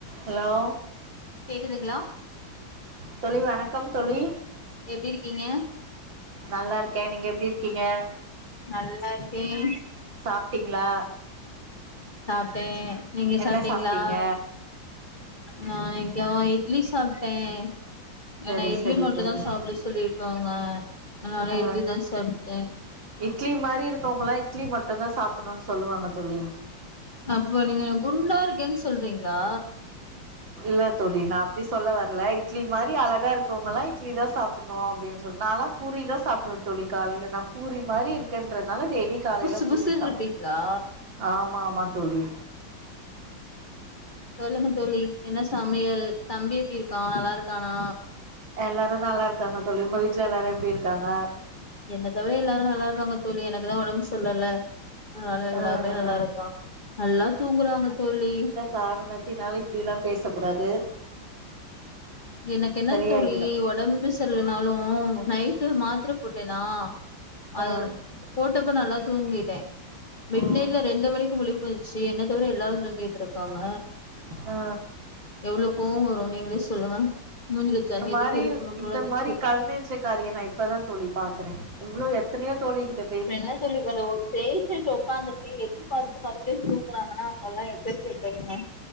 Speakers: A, on the right; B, on the left.
A: hello
B: கேக்குதுங்ளா
A: தோழி வணக்கம் தோழி
B: எப்டி இருக்கீங்க
A: நல்லாருக்கேன் நீங்க எப்டி இருக்கீங்க
B: நல்லா இருக்கேன்
A: சாப்பிட்டிங்ளா
B: சாப்டேன் நீங்க
A: என்ன
B: சாப்டீங்களா
A: சாப்ட்டீங்க
B: நா இன்னைக்கு இட்லி சாப்பிட்டேன்
A: சரி
B: என்ன இட்லி
A: சரி
B: மட்டும்
A: தோழி
B: தான் சாப்பிட சொல்லிருக்காங்க அதனால
A: ஆ
B: இட்லி தான் சாப்டேன்
A: இட்லி மாரி இருக்கவங்களாம் இட்லி மட்டும் தான் சாப்பிடணும்னு சொல்லுவாங்க தோழி
B: அப்போ நீங்க குருண்டா இருக்கேன்னு சொல்றீங்களா
A: இல்ல தோழி நான் அப்டி சொல்ல வரல இட்லி மாரி அழகா இருக்கவங்கலாம் இட்லி தான் சாப்டணும் அப்டின்னு சொன்நாளும் பூரிதான் சாப்டுவேன் தோழி காலையில நான் பூரி மாரி இருக்கென்றனால டெய்லி காலையில
B: புசு
A: பூரி
B: புசுன்னு
A: சாப்டுவே
B: இருப்பீங்களா
A: ஆமா ஆமா தோழி
B: சொல்லுங்க தோழி என்ன சமையல் தம்பி எப்படி இருக்கான் நல்லா இருக்கானா
A: எல்லாரும் நல்லா இருக்காங்க தோழி உங்க வீட்ல எல்லாரும் எப்டி இருக்காங்க
B: என்ன தவிர எல்லாரும் நல்லா இருக்காங்க தோழி எனக்குதான் உடம்பு சரி இல்லல்ல நாங்கள எல்லாமே
A: ஆ
B: நல்லா
A: ஆ
B: இருக்கோம் நல்லா தூங்குறாங்க தோழி
A: காரணத்தினால இப்டியெல்லாம் பேசக்கூடாது
B: எனக்கு என்ன
A: சரியாகிடு
B: தோழி உடம்பு சரிலனாலும் நைட்டு மாத்திர போட்டேனா அது
A: ஆ
B: போட்டப்ப நல்லா தூங்கிட்டேன் மிட்
A: ம்
B: நைட்ல ரெண்டு மணிக்கு முழிப்பு வந்துச்சு என்ன தவிர எல்லாரும் தூங்கிட்டு இருக்காங்க
A: ஆ
B: எவ்ளோ கோவம் வரும் நீங்களே சொல்லுங்க மூஞ்சில தண்ணிய
A: இந்த மாரி
B: தூக்கி எழுப்பணு
A: இந்த
B: போல இருந்துச்சு
A: மாரி கல்நெஞ்சு காரிய நான் இப்பதான் தோழி பாக்குறேன் இவ்வளவு எத்தனையோ தோழிக்கிட்ட
B: இப்ப என்ன சொல்லிட்டு வந்தே ஒரு பேஷண்ட் உக்காந்துருக்கே எட்டி பாத்துட்டு மறுபடியும் தூங்கறாங்கன்னா அவங்கலாம் எப்பேர் பட்டவங்க